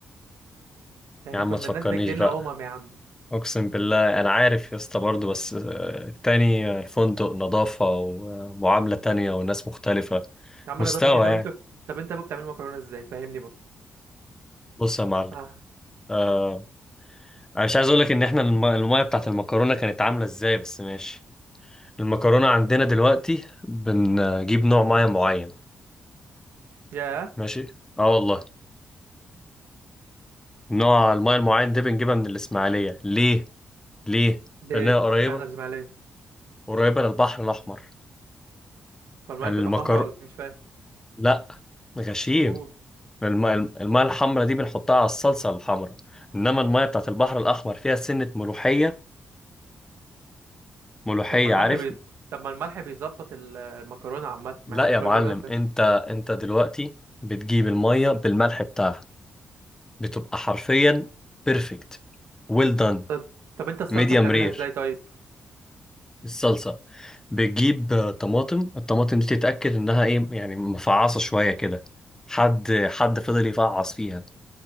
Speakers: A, on the right; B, on the left.
A: ده احنا
B: يا عم
A: كنا
B: ما تفكرنيش
A: الناس بتجيلنا
B: بقى
A: امم يا عم
B: اقسم بالله انا عارف يا اسطى برضه بس آه، التاني آه، الفندق نظافة ومعاملة تانية وناس مختلفة
A: يا عم
B: مستوى
A: نضافة ايه طب
B: يعني
A: انتوا طب انت يا ابو بتعملوا مكرونة ازاي فاهمني برضه
B: بص يا معلم
A: آه.
B: آه انا مش عايز اقول لك ان احنا الم- المية بتاعت المكرونة كانت عاملة ازاي بس ماشي المكرونة عندنا دلوقتي بنجيب نوع مية معين
A: ياه
B: ماشي اه والله نوع المية المعين ده بنجيبها من الاسماعيلية ليه ليه
A: ليه
B: لانها قريبة
A: اشمعنى الاسماعيلية
B: قريبة للبحر الاحمر
A: فالمية
B: المكر
A: بتبقى حمرا ولا إيه؟ مش فاهم
B: لا غشيم
A: قول
B: الماء الماء الحمراء دي بنحطها على الصلصة الحمراء انما الماء بتاعت البحر الاحمر فيها سنة ملوحية ملوحية
A: طب ما الملح
B: عارف
A: بي... طب ما الملح بيظبط ال- المكرونه عامه
B: لا
A: ما احنا
B: يا
A: كل
B: معلم
A: اللي عملنا بن-
B: انت انت دلوقتي بتجيب المية بالملح بتاعها بتبقى حرفيا بيرفكت ويل دان
A: طب طب انت الصلصه
B: ميديوم
A: بتعملها
B: رير
A: ازاي طيب
B: الصلصة بتجيب آه، طماطم الطماطم دي تتأكد انها ايه يعني مفعصة شوية كده حد حد فضل يفعص فيها